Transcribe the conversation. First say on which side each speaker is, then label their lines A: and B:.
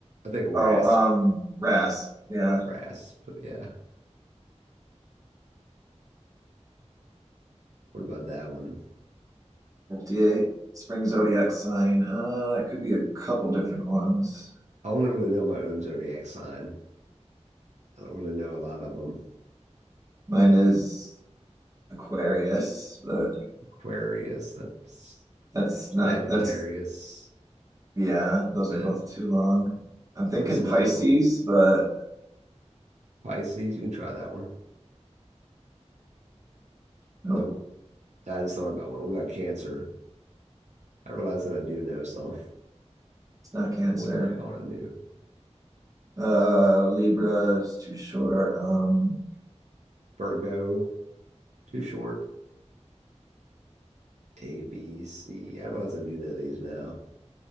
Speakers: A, on the right; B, on the right.
A: I think rasp,
B: Oh, um, Rasp. Yeah.
A: rasp. Yeah. What about that one?
B: 58. Spring zodiac sign. Uh, it could be a couple different ones.
A: I only really know my own zodiac sign. I don't really know a lot of them.
B: Mine is Aquarius, but
A: Aquarius, that's
B: that's not,
A: Sagittarius.
B: that's, yeah, those are
A: And
B: both too long. I'm thinking
A: what are some
B: Pisces,
A: other ones?
B: but
A: Pisces, you can try that one.
B: nope,
A: Nope. I just thought about one. What about Cancer? I realize that I do know some.
B: it's not Cancer.
A: more than I thought I knew.
B: Uh, Libra is too short. Um,
A: Virgo, too short. A, B, C. I realize I do know these now